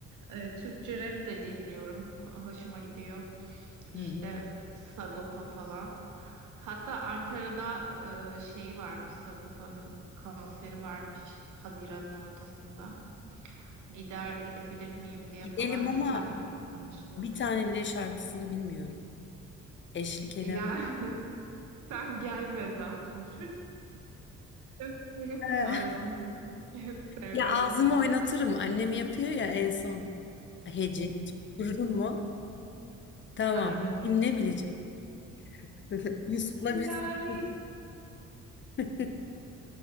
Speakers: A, on the right; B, on the left.
A: Ee, Türkçe rap de dinliyorum. Hoşuma gidiyor. İşte
B: Hı hı.
A: Sagopa falan. Hatta Ankara'da e, şey varmış Sagopa'nın konseri varmış Haziran'ın ortasında. Gider gidebilir miyim diye
B: Gidelim
A: falan
B: ama
A: geçen onu araştırdım.
B: bir tane bile şarkısını bilmiyorum. Eşlik edemem.
A: Ya <laughs> sen gelme zaten. <laughs> Yok benim tarzım
B: <laughs>
A: bu değil. <laughs> Sevmezsin.
B: Ya ağzımı oynatırım. Annem yapıyor ya en son. Heceyi tutturdun mu? Tamam.
A: Aynen.
B: Kim ne bilecek? <laughs> Yusuf'la biz
A: Yani
B: de. <laughs>